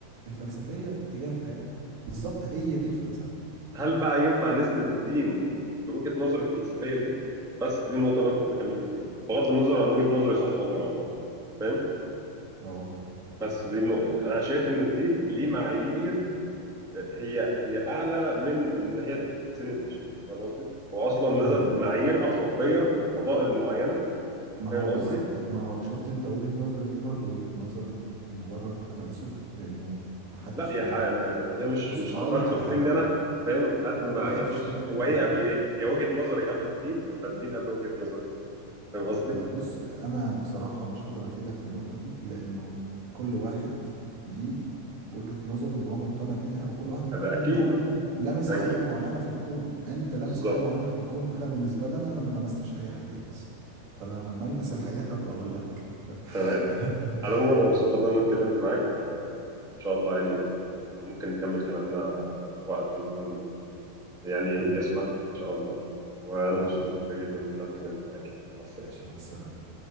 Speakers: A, on the right (about 85°); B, in the centre.
A: الفلسفية تجاه الحياة بالظبط هي دي الفلسفة
B: هل بقى ينفع نسند الدين لوجهه نظري الفلسفيه دي بس دي النقطه اللي انا كنت بكلمك فيها بغض النظر عن وجهه نظري صح ولا غلط فاهم
A: أه
B: بس دي النقطه يعني انا شايف ان الدين ليه معايير هي هي اعلى من ان هي تتسند لشيء فاهم قصدي هو اصلا نزل
A: فاهم
B: بمعايير اخلاقيه وفضائل معينه
A: ما
B: فاهم
A: هو بالظبط
B: قصدي
A: ما هو شفت أنت وجهة نظرك دي برضه وجهة نظر مجرد تفلسف لأنه محدش
B: لا يا
A: فينا
B: ح... م-
A: يقدر
B: م- هي مش
A: بص
B: مش
A: هقول
B: تفلسف
A: لك على حاجة
B: مني انا فاهم قد
A: ما
B: ما
A: ما
B: هي
A: حدش
B: بص
A: فينا يقدر
B: هو ايه قبل ايه؟ هي وجهة نظري قبل الدين ولا الدين قبل وجهة نظري؟ فاهم قصدي؟
A: لا بص انا بصراحه مش هقدر افيدك في النقطه دي لانه كل واحد ليه وجهه نظره اللي هو مقتنع بيها وكل واحد مقتنع
B: أبقى اكيد
A: ان هو لامس
B: اكيد
A: حقيقه معينه في الكون انت لامس
B: بالظبط
A: حقيقه معينه في الكون انا بالنسبه لي انا أنا ما لمستش اي حقيقه لسه فانا لما المس الحقيقه هبقى اقول لك
B: تمام
A: <laughs>
B: على العموم انا
A: ماشي
B: مبسوط
A: يا
B: والله ان انا اتكلمت معاك وان شاء الله يعني ممكن نكمل كلامنا في وقت يكون يعني
A: حبيبي
B: يسمح
A: صح
B: ان شاء الله وانا
A: حبيبي
B: مبسوط
A: يا صاحبي.
B: جدا ان انا اتكلمت معاك مع السلامة
A: ماشي مع السلامه